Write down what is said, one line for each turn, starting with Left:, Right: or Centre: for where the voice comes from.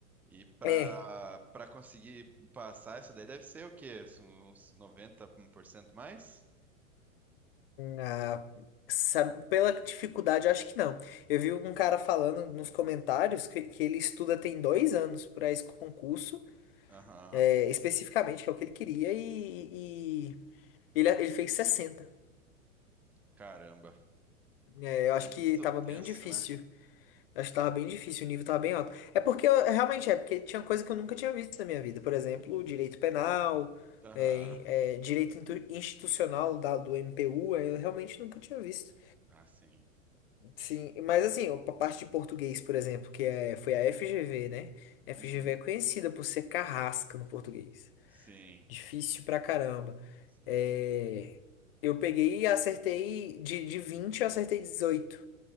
Centre: E para
Left: É.
Centre: para conseguir passar isso daí deve ser o quê? Uns noventa por cento mais?
Left: Ah, sa- pela dificuldade, eu acho que não. Eu vi um cara falando nos comentários que, que ele estuda tem dois anos para esse concurso,
Centre: Aham.
Left: é, especificamente, que é o que ele queria, e, e ele, ele fez sessenta
Centre: Caramba.
Left: É, eu acho
Centre: É muito
Left: que tava
Centre: tenso,
Left: bem difícil.
Centre: né?
Left: Eu acho que tava bem difícil, o nível tava bem alto. É porque, eu- realmente, é porque tinha coisa que eu nunca tinha visto na minha vida. Por exemplo, direito penal,
Centre: Aham.
Left: é, é, direito intu- institucional da, do MPU, eu realmente nunca tinha visto.
Centre: Ah, sim.
Left: Sim, mas assim, a parte de português, por exemplo, que é, foi a FGV, né? FGV
Centre: Uhum.
Left: é conhecida por ser carrasca no português.
Centre: Sim.
Left: Difícil pra caramba.
Centre: Sim.
Left: É, eu peguei e acertei de, de 20 eu acertei dezoito